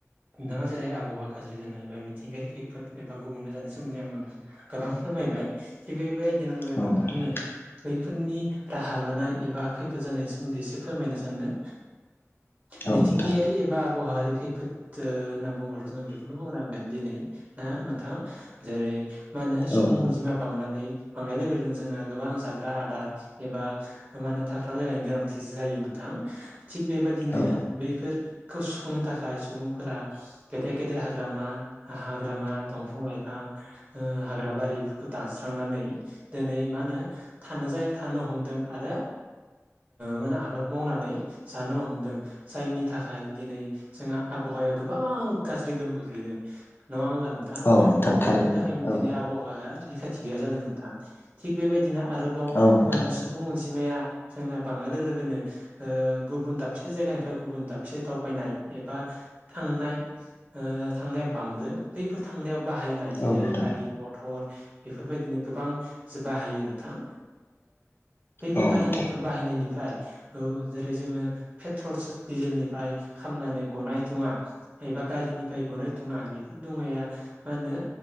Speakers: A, on the right; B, on the left.
A: नोंथाङा जेरै आबहावा गाज्रि जानाय बा मिथिंगायारि खैफोद एबा गुबुननो जानाय सोमोन्दै आं गोबां फोरमायबाय। थिग बेबायदि नांगौ
B: औ
A: नोंथांनो
B: नोंथां
A: बैफोरनि राहा लानाय एबा खैफोद जानायनि सोमोन्दै एसे फोरमायनो सानदों। मिथिंगायारि
B: औ नोंथां
A: बि एबा आबहावायारि खैफोद होनना बुङ्लाथ' जों बेखौनो बुंनांगोन दिनै ना नोंथाङा जेरै मा होनो सुबुं
B: औ
A: अनजिमा बांनानै बांनाय लोगो लोग जोङो गोबां जाग्रा आदार एबा माने थाग्रा जायायनायनि गोनांथि जायो नोंथां। थिग बेबायदिनो
B: औ
A: बैफोरखौ सुफुंनो थाखाय सुबुंफोरा गेदेर गेदेर हाग्रामा हाग्रामा दंफां लाइफां हाग्रा बारि खौ दानस्रांनानै दिनै मा होनो थानो जायो थानो हमदों आरो माने आबाद मावनानै जानो हमदों। जायनिनि थाखाय दिनै जोंहा आबहावाया गोबां गाज्रि गोहोम गोग्लैदों। नङा होमबा नोंथां
B: औ नोंथां
A: बेफोरनि
B: थारैनो
A: थाखायनो
B: औ
A: दिनै आबहावाया रैखाथि गैया जादों नोंथां। थिग बेबायदिनो आरोबाव
B: औ नोंथां
A: मा होनो सुबुं अनजिमाया जोंना बांनाय लोगो लोगोनो ओ गुबुन दाबसे जायगानिफ्राय गुबुन दाबसे दावबायनाय एबा थांनाय थांनाया बांदो बैफोर थांनायाव बाहायनाय जेरै
B: औ नोंथां
A: गारि मथर बेफोरबायदिनो गोबां जोब बाहायो नोंथां बैफोर
B: औ
A: गारि
B: नोंथां
A: मथर बाहायनायनिफ्राय ओ जेरै जोङो पेट्रल दिजेलनिफ्राय खामनानै गनाय दुङा एबा गारिनिफ्राय गनायथङा बेफोर दुङाया मा होनो